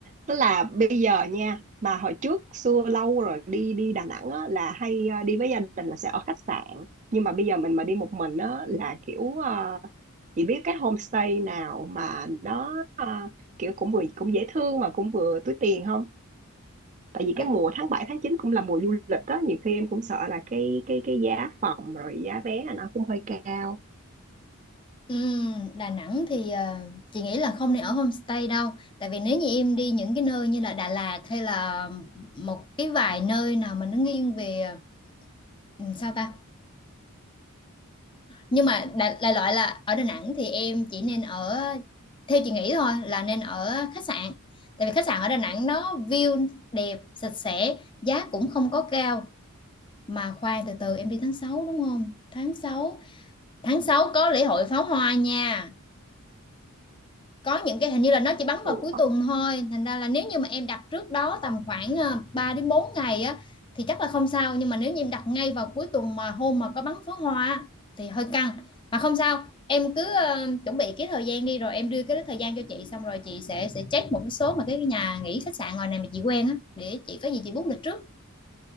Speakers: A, on the right (about 35°); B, on the left (about 20°).
A: tức là bây giờ nha mà hồi trước xưa lâu rồi đi đi Đà Nẵng á, là hay ờ, đi với gia đình là sẽ ở khách sạn nhưng mà bây giờ mình mà đi một mình á, là kiểu ờ, chỉ biết cái homestay nào mà nó ờ, kiểu cũng vừa cũng dễ thương mà cũng vừa túi tiền không tại vì
B: Đà,
A: cái mùa tháng 7 tháng 9 cũng là mùa du lịch đó nhiều khi em cũng sợ là cái cái cái giá phòng rồi giá vé là nó cũng hơi cao
B: ừm, Đà Nẵng thì ờ, chị nghĩ là không nên ở homestay đâu tại vì nếu như em đi những cái nơi như là Đà Lạt hay là một cái vài nơi nào mà nó nghiêng về ừ, sao ta nhưng mà đại, đại loại là ở Đà Nẵng thì em chỉ nên ở theo chị nghĩ thôi là nên ở khách sạn tại vì khách sạn ở Đà Nẵng nó view đẹp sạch sẽ giá cũng không có cao mà khoan từ từ em đi tháng 6 đúng không tháng sáu tháng 6 có lễ hội pháo hoa nha có những cái hình như là nó chỉ bắn
A: Ủa,
B: vào cuối tuần thôi thành ra là nếu như mà em đặt trước đó tầm khoảng ờ, 3 đến 4 ngày á thì chắc là không sao nhưng mà nếu như em đặt ngay vào cuối tuần mà hôm mà có bắn pháo hoa thì hơi căng mà không sao em cứ ờ, chuẩn bị cái thời gian đi rồi em đưa cái thời gian cho chị xong rồi chị sẽ sẽ check một cái số mà cái nhà nghỉ khách sạn ngoài này mà chị quen á để chị có gì chị book lịch trước